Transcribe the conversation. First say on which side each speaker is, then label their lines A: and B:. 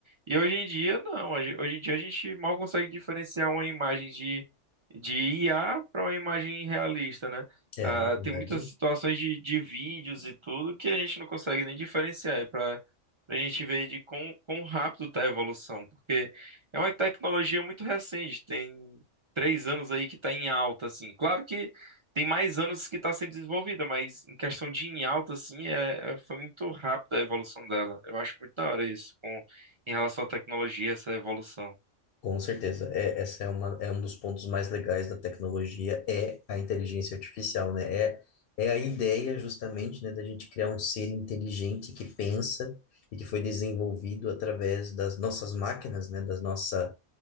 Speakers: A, on the right; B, on the left.
A: E hoje em dia, não. Hoje hoje em dia a gente mal consegue diferenciar uma imagem de, de IA para uma imagem realista, né?
B: É
A: Ah,
B: verdade.
A: tem muitas situações de, de vídeos e tudo que a gente não consegue nem diferenciar. É para a gente ver de quão, quão rápido tá a evolução, porque é uma tecnologia muito recente, tem três anos aí que tá em alta, assim. Claro que tem mais anos que está sendo desenvolvida, mas em questão de em alta, assim, é, é- foi muito rápida a evolução dela. Eu acho muito da hora isso, com, em relação à tecnologia, essa evolução.
B: Com certeza, é, essa é uma, é um dos pontos mais legais da tecnologia, é a inteligência artificial, né? É, é a ideia justamente, né, da gente criar um ser inteligente que pensa e que foi desenvolvido através das nossas máquinas, né, das nossa,